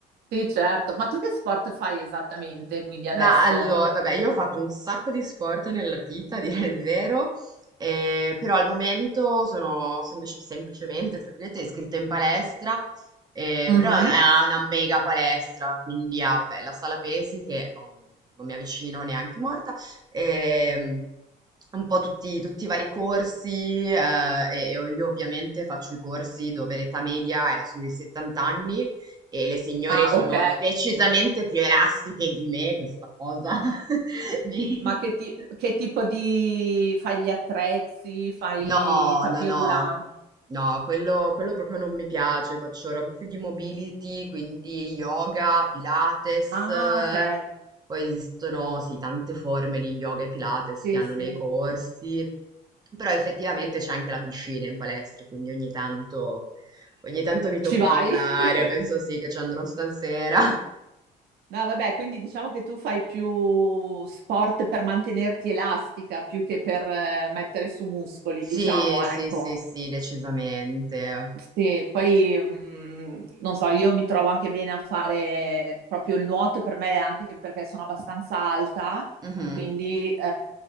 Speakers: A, on the right; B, on the right.
A: sì, certo. Ma tu che sport fai esattamente quindi adesso?
B: Ma allora, vabbè, io ho fatto un sacco di sport nella vita, <laughs> a dire il vero, eh, però al momento sono semplic- semplicemente, tra virgolette, iscritta in palestra, eh,
A: Mhm.
B: però è una, è una mega palestra, quindi ha, vabbè, la sala pesi che non, non mi avvicino neanche morta, ehm, un po' tutti, tutti i vari corsi, eh, e e io ovviamente faccio i corsi dove l'età media è sui 70 anni, e le signore
A: Ah,
B: sono
A: ok.
B: decisamente più elastiche di me, questa cosa <laughs> mi
A: Ma
B: frustra.
A: che, ti- che tipo di... fai gli attrezzi, fai
B: No,
A: tapis
B: no, no.
A: roulant?
B: No, quello, quello proprio non mi piace, faccio roba più di mobility, quindi yoga, pilates,
A: Ah,
B: eh,
A: ok.
B: poi esistono sì, tante forme di yoga e pilates
A: Sì,
B: che hanno
A: sì.
B: nei corsi, però effettivamente c'è anche la piscina in palestra, quindi ogni tanto, ogni tanto mi tocca
A: Ci vai?
B: andare,
A: <laughs>
B: penso sì che ci andrò stasera.
A: No, vabbè, quindi diciamo che tu fai più sport per mantenerti elastica più che per eh, mettere su muscoli,
B: Sì,
A: diciamo,
B: sì,
A: ecco.
B: sì, sì, decisamente.
A: Sì, poi mh, non so, io mi trovo anche bene a fare proprio il nuoto per me, anche perché sono abbastanza alta,
B: Mhm.
A: quindi eh,